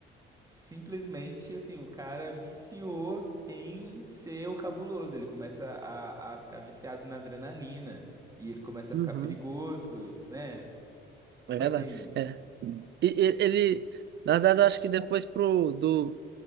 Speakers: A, on the right (about 15°); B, on the right (about 55°).
A: Simplesmente, assim, o cara viciou em ser o cabuloso. Ele começa a, a ficar viciado na adrenalina e ele começa
B: uhum.
A: a ficar perigoso, né? Tipo
B: É verdade.
A: assim,
B: É. E, e- ele, na verdade, eu acho que depois pro do